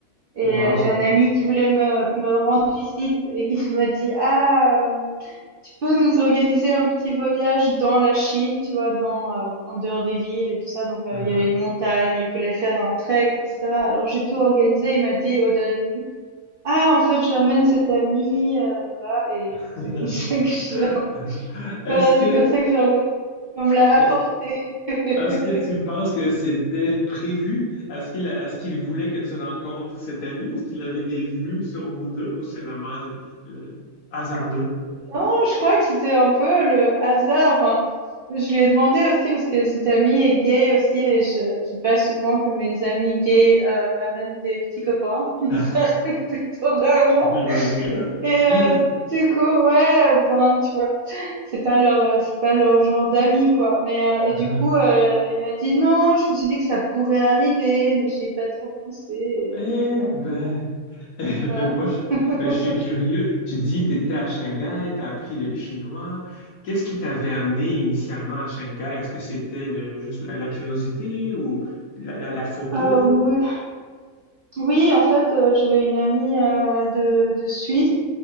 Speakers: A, on the right; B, on the left.
A: et
B: Wow.
A: euh, j'ai un ami qui voulait me, me rendre visite et qui <laughs> m'a dit, ah, euh, tu peux nous organiser un petit voyage dans la Chine, tu vois, dans, euh, en dehors des villes et tout ça. Donc, euh,
B: Hein?
A: il y avait une montagne, il voulait faire un trek, etc. Alors, j'ai tout organisé. Il m'a dit au dernier minute, ah, en fait, j'amène cet ami, euh, voilà, et
B: <laughs>
A: c'est comme <laughs> ça que je l'ai
B: Est-ce
A: voilà,
B: que,
A: c'est comme ça que j'ai rencontré on me l'a
B: euh,
A: apporté. <laughs>
B: est-ce que tu penses que c'était prévu? Est-ce qu'il a- est-ce qu'il voulait que tu rencontres cet ami? Est-ce qu'il avait des vues sur vous deux ou c'est vraiment le- le- hasardeux?
A: Non, je crois que c'était un peu le hasard. Enfin, je lui ai demandé aussi parce que cet ami est gay aussi et je j'ai pas souvent que mes amis gays euh, m'amènent des petits copains. <laughs>
B: <laughs> J'ai
A: Ça arrive plutôt rarement.
B: imaginé, hein?
A: Et euh, du coup, ouais, euh, ben tu vois, c'est pas leur euh, c'est pas leur genre d'amis quoi. Mais euh, et
B: Ah.
A: du coup, euh, il m'a dit non. Je me suis dit que ça pourrait arriver, mais j'y ai pas trop pensé. Et
B: Eh
A: j'étais là, bon
B: ben, <laughs> euh,
A: ben.
B: moi, je,
A: Ouais. <laughs>
B: ben, je suis curieux. Tu dis, tu étais à Shanghai, tu as appris le chinois. Qu'est-ce qui t'avait amené initialement à Shanghai? Est-ce que c'était le- juste la, la curiosité ou la, la- la photo?
A: Euh, oui, oui, en fait, euh, j'avais une amie euh, de, de Suisse.